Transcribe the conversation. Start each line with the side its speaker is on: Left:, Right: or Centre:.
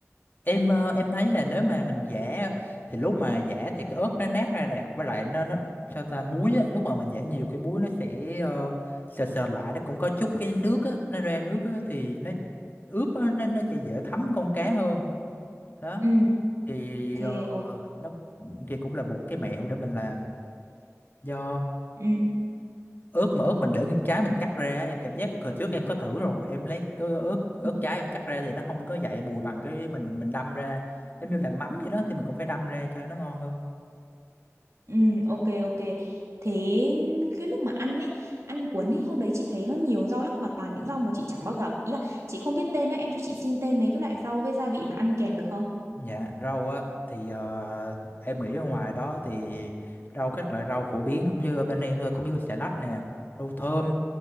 Left: em ờ, em thấy là nếu mà mình giã thì lúc mà giã thì cái ớt nó nát ra nè với lại nó nó sao ta muối á lúc mà mình giã nhiều cái muối nó sẽ ờ, sệt sệt lại nó cũng có chút cái nước á nó ra nước á thì nó ướp á, nó nó sẽ dễ thấm con cá hơn đó
Right: ừ
Left: thì
Right: ok
Left: ờ,
Right: ok
Left: nó thì cũng là một cái mẹo để mình làm do
Right: ừ.
Left: ớt mà ớt mình để nguyên trái mình cắt ra em cảm giác hồi trước em có thử rồi em lấy cái ớt ớt
Right: ừ,
Left: trái em cắt ra thì nó không có dậy mùi bằng cái mình mình đâm ra giống như là mắm vậy đó thì mình cũng phải đâm ra cho nó ngon hơn
Right: ừ, ok ok thế cái lúc mà ăn ấy ăn cuốn ấy hôm đấy chị thấy nó nhiều rau lắm mà toàn những rau mà chị chẳng bao gặp ý là chị không biết tên đó em cho chị xin tên mấy cái loại rau với gia vị mà ăn kèm được không
Left: dạ rau á thì ờ, em nghĩ ở ngoài đó thì rau các loại rau phổ biến cũng như ở bên em thôi cũng như xà lách nè rau thơm